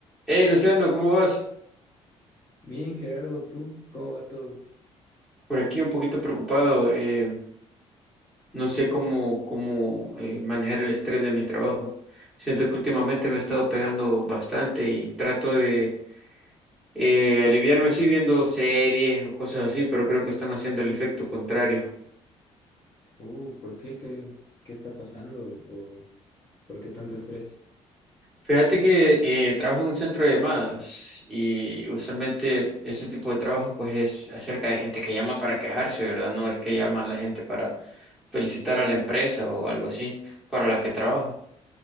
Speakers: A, in the centre; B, on the left.
A: Hey, Luciano, ¿cómo vas?
B: Bien, Gerardo, ¿tú cómo va todo?
A: Por aquí un poquito preocupado. eh, no sé cómo, cómo eh, manejar el estrés de mi trabajo. Siento que últimamente me ha estado pegando bastante y trato de eh, aliviarme así viendo series o cosas así, pero creo que están haciendo el efecto contrario.
B: Uh, ¿por qué? ¿Qué, qué está pasando? ¿O por qué tanto estrés?
A: Fíjate que eh, trabajo en un centro de llamadas y usualmente ese tipo de trabajo pues es acerca de gente que llama para quejarse, ¿verdad? No es que llaman la gente para felicitar a la empresa o algo así para la que trabajo.